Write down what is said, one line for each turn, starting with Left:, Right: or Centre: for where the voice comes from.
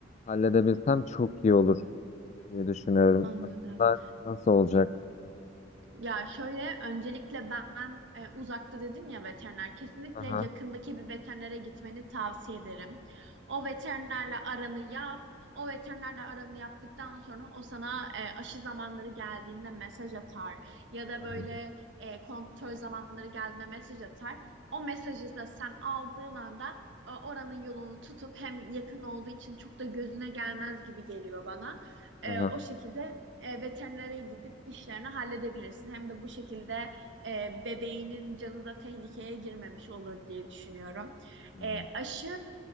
Left: halledebilsem çok iyi olur diye düşünüyorum.
Right: Anladım.
Left: Aşılar nasıl olacak?
Right: Ya şöyle öncelikle ben e, uzakta dedin ya veteriner kesinlikle
Left: Aha,
Right: yakındaki bir veterinere gitmeni tavsiye ederim. O veterinerle aranı yap. O veterinerle aranı yaptıktan sonra o sana e, aşı zamanları geldiğinde mesaj atar ya da
Left: aha,
Right: böyle e, kontrol zamanları geldiğinde mesaj atar. O mesajı da sen aldığın anda e, oranın yolunu tutup hem yakın olduğu için çok da gözüne gelmez gibi geliyor bana.
Left: aha.
Right: E, o şekilde e, veterinere gidip işlerini halledebilirsin. Hem de bu şekilde e, bebeğinin canı da tehlikeye girmemiş olur diye düşünüyorum.
Left: Hmm.
Right: E, aşı